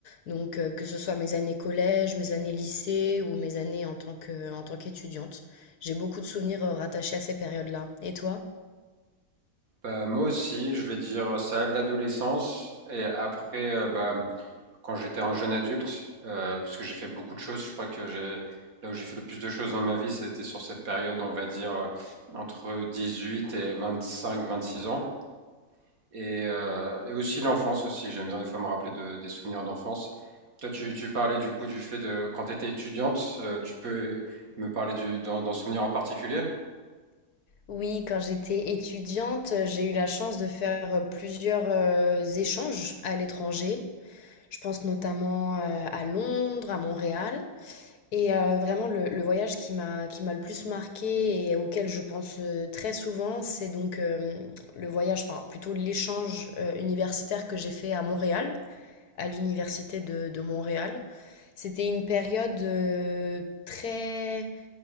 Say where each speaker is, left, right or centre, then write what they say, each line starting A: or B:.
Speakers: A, on the left; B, on the right.
A: Donc, heu, que ce soit mes années collège, mes années lycée ou mes années en tant que en tant qu'étudiante. J'ai beaucoup de souvenirs, heu, rattachés à ces périodes-là. Et toi?
B: Bah, moi aussi, je vais dire ça, l'adolescence et après euh, bah, quand j'étais un jeune adulte, euh, parce que j'ai fait beaucoup de choses, je crois que j'ai là où j'ai fait le plus de choses dans ma vie, c'était sur cette période, on va dire euh, entre 18 et 25-26 ans. Et, euh, et aussi l'enfance aussi. J'aime bien des fois me rappeler de- des souvenirs d'enfance. Toi, tu, tu parlais du coup du fait de quand tu étais étudiante, euh, tu peux me parler du, d'un, d'un souvenir en particulier?
A: Oui, quand j'étais étudiante, heu, j'ai eu la chance de faire, heu, plusieurs, heu, échanges à l'étranger. Je pense notamment, heu, à Londres, à Montréal. Et heu, vraiment le le voyage qui m'a qui m'a le plus marqué et auquel je pense, heu, très souvent, c'est donc, hem, le voyage, enfin plutôt l'échange, heu, universitaire que j'ai fait à Montréal, à l'université de de Montréal. C'était une période, heu, très